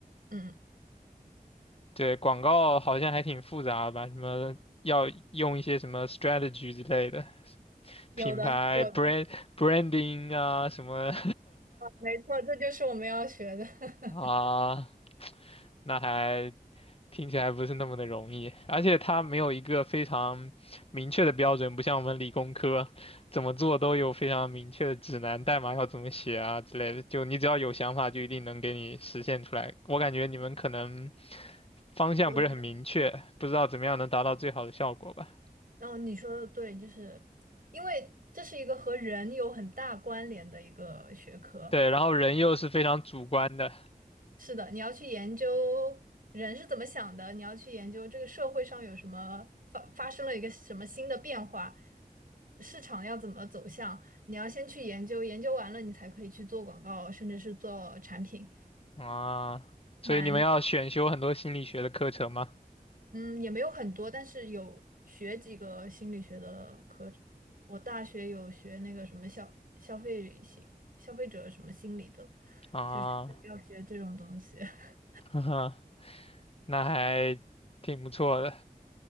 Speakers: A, on the right; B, on the left.
A: 嗯，
B: 对，广告好像还挺复杂吧，什么要用一些什么 strategy 之类的，
A: 有的，
B: 品牌
A: 有的，
B: brand branding 啊什么
A: 没错，这就是我们要学的。<laughs>
B: <laughs> 啊，那还听起来不是那么的容易，而且它没有一个非常明确的标准，不像我们理工科怎么做都有非常明确的指南，代码要怎么写啊之类的。就你只要有想法，就一定能给你实现出来。我感觉你们可能方向不是很明确，
A: 我们，
B: 不知道怎么样能达到最好的效果吧？
A: 然后你说的对，就是因为这是一个和人有很大关联的一个学科，
B: 对，然后人又是非常主观的
A: 是的，你要去研究人是怎么想的，你要去研究这个社会上有什么发发生了一个什么新的变化，市场要怎么走向，你要先去研究，研究完了你才可以去做广告，甚至是做产品。
B: 啊，
A: 蛮，
B: 所以你们要选修很多心理学的课程吗？
A: 嗯，也没有很多，但是有学几个心理学的课。我大学有学那个什么消消费心消费者什么心理的，
B: 啊，
A: 就是要学这种东西。<laughs>
B: <laughs> 呵呵，那还挺不错的。